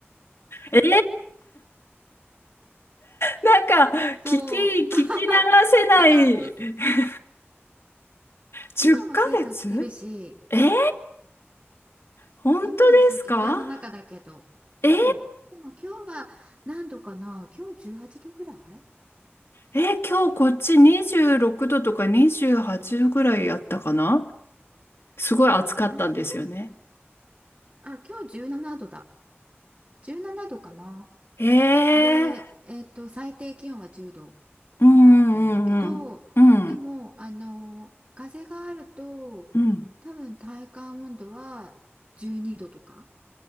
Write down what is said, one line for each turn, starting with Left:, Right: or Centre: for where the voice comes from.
Left: えなんか、
Right: そう
Left: 聞き、聞き流せない。
Right: だからもう
Left: <laughs> 10ヶ月
Right: 今もセーター着てるし
Left: え本当ですか
Right: 今も生徒、部屋の中だけど。
Left: えー、
Right: うん。でも今日は何度かな今日18度ぐらい
Left: えー今日こっち26度とか28度ぐらいやったかなすごい暑かったんですよね。
Right: あ、そうあ、今日17度だ。17度かな。
Left: ええ
Right: で、えっと、最低気温は10度
Left: ー、うんうんうん
Right: なんだけど、でも、あの、風があると、
Left: うん
Right: 多分体感温度は12度とか